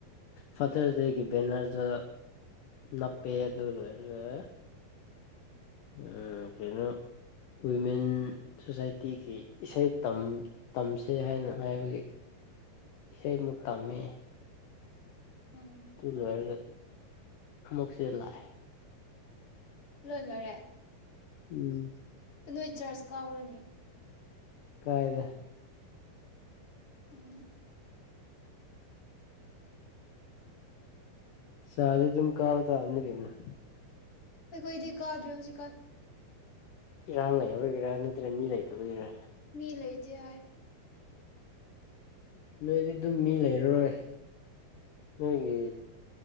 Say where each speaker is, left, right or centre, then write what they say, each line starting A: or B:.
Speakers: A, on the left; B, on the left.
A: ꯐꯇꯔ ꯗꯦꯒꯤ ꯕꯦꯅꯔꯗꯨ ꯅꯞꯄꯦ ꯑꯗꯨ ꯂꯣꯏꯔꯒ ꯎꯝ ꯀꯩꯅꯣ ꯋꯤꯃꯦꯟ ꯁꯣꯁꯥꯏꯇꯤꯒꯤ ꯏꯁꯩ ꯇꯝ ꯇꯝꯁꯦ ꯍꯥꯏꯅ ꯍꯥꯏꯕꯒꯤ ꯏꯁꯩ ꯑꯃꯨꯛ ꯇꯝꯃꯦ
B: ꯎꯝ
A: ꯇꯨ ꯂꯣꯏꯔꯒ ꯑꯃꯛꯁꯤꯗ ꯂꯥꯛꯑꯦ
B: ꯂꯣꯏ ꯂꯣꯏꯔꯦ
A: ꯎꯝ
B: ꯅꯣꯏ ꯆꯥꯔꯖ ꯀꯥꯎꯔꯅꯤ
A: ꯀꯥꯏꯗ
B: ꯎꯝ
A: ꯆꯥꯗꯤ ꯑꯗꯨꯝ ꯀꯥꯕ ꯇꯥꯕꯅꯤ ꯀꯩꯅꫭ
B: ꯑꯩꯈꫭꯏꯗꯤ ꯀꯥꯗ꯭ꯔꯦ ꯍꯩꯖꯤꯛ ꯀꯥꯟ
A: ꯏꯔꯥꯡ ꯂꯩꯕꯒꯤꯔꯥ ꯅꯠꯇ꯭ꯔ ꯃꯤ ꯂꯩꯇꯕ ꯒꯤꯔꯥ
B: ꯃꯤ ꯂꯩꯇꯦ ꯍꯥꯏ
A: ꯅꯣꯏꯗꯤ ꯑꯗꯨꯝ ꯃꯤ ꯂꯩꯔꯔꯣꯏ ꯅꯣꯏꯒꯤ